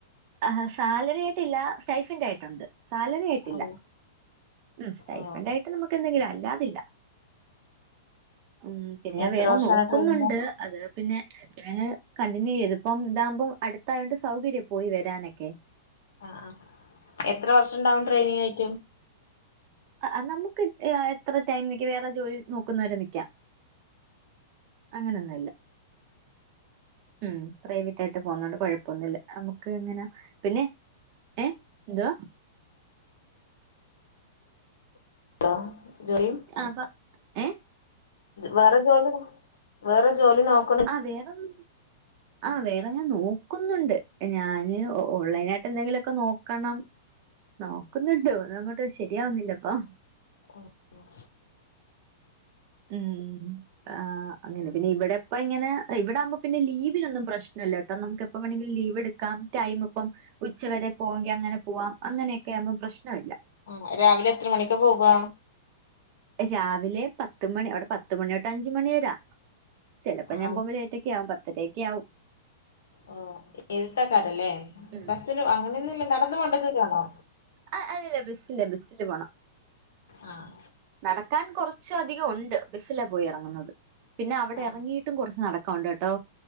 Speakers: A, on the right (about 40°); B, on the left (about 80°).
A: ആ സാലറി ആയിട്ടില്ല. സ്റ്റൈഫൻ്റായിട്ടുണ്ട്, സാലറി ആയിട്ടില്ല.
B: ഓ
A: ഉം സ്റ്റെഫണ്ട്
B: ഓ
A: ആയിട്ട് നമുക്ക് എന്തെങ്കിലും, അല്ലാതില്ല. ഉം പിന്നെ ഞാൻ
B: എത്ര
A: വേറെ
B: വർഷാണ്
A: നോക്കുന്നുണ്ട്.
B: ട്രെയിനിങ്
A: അത് പിന്നെ ഞാന്, കണ്ടിന്യൂ ചെയ്ത് ഇതിപ്പം ഇതാകുമ്പോം അടുത്തായോണ്ട്, സൗകര്യം പോയി വരാനൊക്കെ.
B: ആ ആ എത്ര വർഷം ഉണ്ടാവും ട്രെയിനിങ് ആയിട്ട്
A: ആ അത് നമുക്ക് എത്ര ടൈം നിക്കുന്നു, വേറെ ജോലി നോക്കുന്നവരെ നിൽക്കാം. അങ്ങനെന്നും ഇല്ല. ഉം പ്രൈവറ്റ് ആയിട്ട് പോവുന്നത് കൊണ്ട് കൊഴപ്പൊന്നുമില്ല നമുക്ക് എങ്ങനെ പിന്നെ ഏഹ് എന്തുവാ
B: ഹലോ ജോലു
A: ആഹ് പ ഏഹ്
B: വേറെ ജോലി നൊ വേറെ ജോലി നോക്
A: ആ വേറൊന്നു, ആ വേറെ ഞാൻ നോക്കുന്നുണ്ട് ഞാന് ഓൺലൈന ആയിട്ട് എന്തെങ്കിലുക്കെ നോക്കണം, നോക്കുന്നുണ്ട് ഓന്നൊങ്ങോട്ട് ശരിയാവുന്നില്ലപ്പാ.
B: ഉം
A: ഉം ആഹ് അങ്ങനെ പിന്നെ ഇവിടെ ഇപ്പം ഇങ്ങനെ, ഇവിടെയാകുമ്പോ ഇപ്പം ലീവിനൊന്നും പ്രശ്നമല്ല കേട്ടോ. നമുക്ക് എപ്പ വേണമെങ്കിലും ലീവെടുക്കാം ക്കാം ടൈം ഇപ്പം ഉച്ചവരെ പോവെങ്കി അങ്ങനെ പോവാാം അങ്ങനെയൊക്കെ ആകുമ്പം പ്രശ്നം ഇല്ല
B: ആ രാവിലെ എത്ര മണിക്കാ പോകുവ
A: രാവിലെ പത്തുമണി അവിടെ പത്ത് മണിതൊട്ട് അഞ്ച് മണി വരേയാ ചെലപ്പോ
B: ആ
A: ഞാൻ പോകുമ്പോഴെ - പത്തൊക്ക ആകും പത്തരയൊക്കെ ആവും.
B: ഓഹ് എഴുത്തക്കാരല്ലേ
A: ഉം
B: ബസ്സിനു അങ്ങനെയൊന്നൂലല്ലോ നടന്നു പോവണ്ടേ ദൂരണോ
A: ആഹ് അല്ലല്ലാ ബസ്സില്ലാ ബസ്സില് പോണം
B: ആഹ്
A: നടക്കാൻ കൊറച്ചധികം ഒണ്ട് ബസ്സിലാപോയി എറങ്ങുന്നത് പിന്നെ അവടെ
B: ആ
A: എറങ്ങിയിട്ടും കൊറച്ച് നടക്ക- കോണ്ടട്ടോ